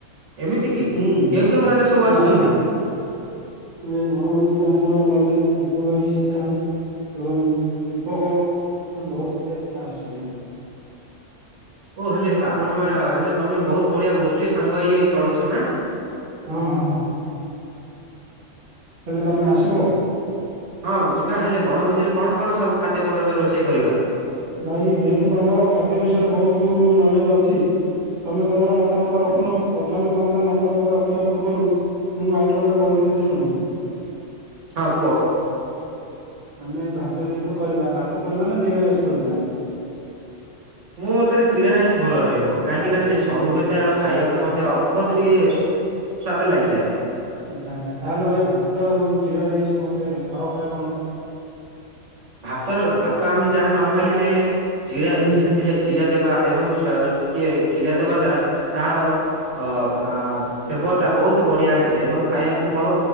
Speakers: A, on the right; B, on the right.
A: ଏମିତି କି
B: ହୁଁ
A: କେଉଁ କେଉଁ ମାନେ ସବୁ
B: ହଁ
A: ଆସୁଛନ୍ତି?
B: ଭାଇ। ଏ ବଣଭୋଜିରେ ଆମର ଲଲିତ, ବିଭୁ ଭାଇ, ଶ୍ରୀକାନ୍ତ ଏବଂ ଦୀପକ ଆଉ ବହୁତ୍ ଗୁଡ଼ାଏ ପିଲା ଆସୁଛନ୍ତି।
A: ଓ ହେଲେ ଆପଣ ହେଲେ ତମେ ବହୁତ୍ ବଢିଆ ଗୋଷ୍ଠୀ ସାଙ୍ଗ ହେଇ ଚଳୁଚ ନା?
B: ହଁ ହଁ ହେଲେ ତମେ ଆସିବ ଆଉ।
A: ହଁ ଯିବା ହେଲେ ବଣଭୋଜିରେ କଣ କଣ ସବୁ ଖାଦ୍ୟ ପଦାର୍ଥ ରୋଷେଇ କରିବା?
B: ଭାଇ ଯେହେତୁ ତମର ଖାଦ୍ୟ ବିଷୟରେ ବହୁତ ନଲେଜ୍ ଅଛି ତମେ ତମର ମ ମତାମତ ରଖୁନ ପ୍ରଥମେ ତମର ମତାମତ ରଖିବା ପୂର୍ବରୁ ମୁଁ ଆଇଟମ୍ ଟା କହିଦେଉଚି ଶୁଣ।
A: ହଁ କୁହ?
B: ଆମେ ଭାତ ଟିକେ ତ କରିବା ଭାତ କରିବା ନା ଜିରା ରାଇସ୍‌ କରିବା?
A: ମୋ ମତରେ ଜିରା ରାଇସ୍ ଭଲ ରହିବ। କାହିଁକି ନା ସେ
B: ହଉ ଠିକ
A: ସରୁ
B: ଅଛି।
A: ହୋଇଥାଏ ଆଉ ଖାଇବାକୁ ମଧ୍ୟ ବହୁତ୍ ଟିକେ ସ୍ଵାଦ ଲାଗିଥାଏ।
B: ଆଚ୍ଛା ଆଚ୍ଛା ତାହେଲେ ଭାଇ ଭାତ ଏବଂ ଜିରା ରାଇସ୍ ମଧ୍ୟରେ ଫରକ ଟା କଣ?
A: ଭାତ ର ଭାତ ଆମେ ଯାହା ନର୍ମାଲି ଖାଇଲେ ଜିରା
B: ହୁଁ
A: ସେଥିରେ ଜିରା ଦେବା ଏବଂ ସ୍ୱା ଟିକେ ଜିରା ଦେବା ଦ୍ଵାରା ତାର ତ ଆ ଫେବର୍ ଟା ବହୁତ୍ ବଢିଆ ଆସିଥାଏ ଏବଂ ଖାଇଆକୁ ମ